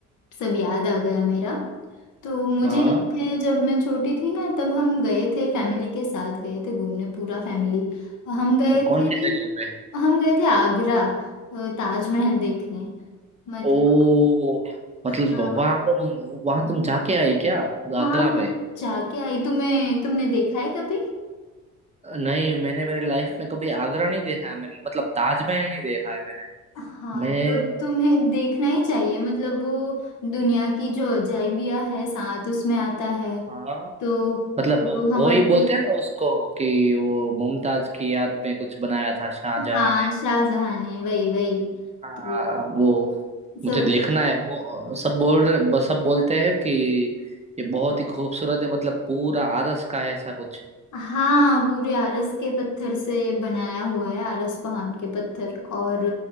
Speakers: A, on the left; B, on the right.
A: सब याद आ गया मेरा तो मुझे
B: हाँ
A: याद है जब मैं छोटी थी ना तब हम गए थे फैमिली के साथ गए थे घूमने पूरा फैमिली हम गए
B: तो कौन
A: थे
B: सी जगह पे
A: हम गए थे आगरा अ, ताजमहल देखने मतलब
B: ओ मतलब
A: हाँ
B: वहां
A: <laughs>
B: तुम वहां तुम जाके आई क्या
A: हाँ
B: आगरा
A: मैं
B: पे
A: जाके आई तुम्हें तुमने देखा है कभी
B: नहीं मैंने मेरी लाइफ में कभी आगरा नहीं देखा है मैंने मतलब ताजमहल नहीं देखा है मैंने
A: हाँ
B: मैं
A: तो तुम्हें देखना ही चाहिए मतलब वो दुनिया की जो अजाइबिया है साथ उसमें आता है
B: हाँ
A: तो,
B: मतलब
A: तो
B: वो
A: हमारे
B: ही
A: लिए,
B: बोलते हैं ना उसको कि वो मुमताज की याद में कुछ बनाया था शाहजहां
A: हाँ
B: ने
A: शाहजहां ने वही वही
B: हाँ
A: तो
B: वो
A: सब
B: मुझे देखना है वो अ, सब बोल रहे बस सब बोलते हैं कि ये बहुत ही खूबसूरत है मतलब पूरा आरस का है ऐसा कुछ
A: हाँ पूरे आरस के पत्थर से बनाया हुआ है आरस पहाड़ के पत्थर और